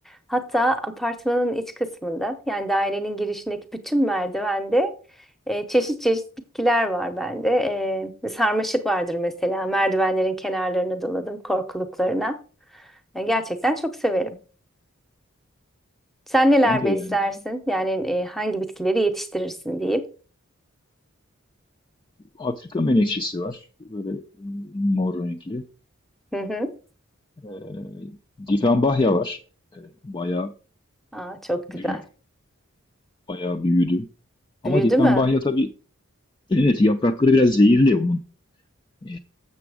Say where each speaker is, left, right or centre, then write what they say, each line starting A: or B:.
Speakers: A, in the centre; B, on the left.
A: hatta apartmanın iç kısmında, yani dairenin girişindeki bütün merdivende e, çeşit çeşit bitkiler var bende. E, sarmaşık vardır mesela. Merdivenlerin kenarlarını doladım, korkuluklarına. Yani gerçekten çok severim. Sen neler
B: Ben de
A: beslersin?
B: yani ben-
A: Yani e, hangi bitkileri yetiştirirsin diyeyim.
B: Afrika menekşesi var. Böyle mm, mor renkli.
A: Hı hı.
B: Ee, difenbahya var. Ee, bayağı
A: Aa, çok
B: büyük,
A: güzel.
B: bayağı büyüdü. Ama
A: Büyüdü
B: difenbahya
A: mü?
B: tabii evet yaprakları biraz zehirli onun. Ee,